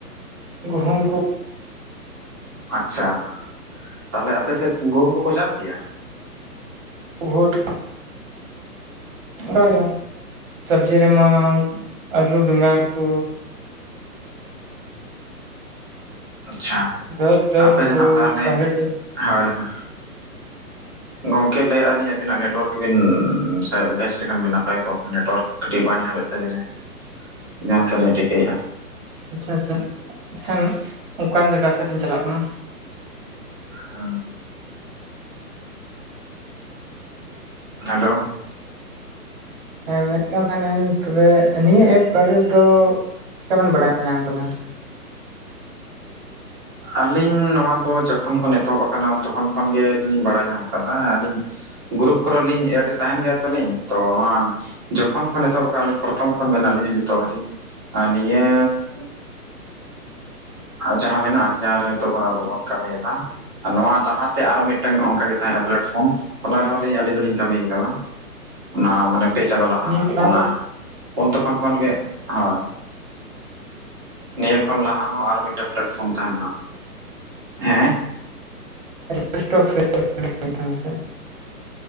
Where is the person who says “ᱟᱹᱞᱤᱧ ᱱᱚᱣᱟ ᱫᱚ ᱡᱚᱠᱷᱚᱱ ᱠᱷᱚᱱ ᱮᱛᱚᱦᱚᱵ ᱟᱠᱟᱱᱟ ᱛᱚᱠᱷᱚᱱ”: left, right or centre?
Right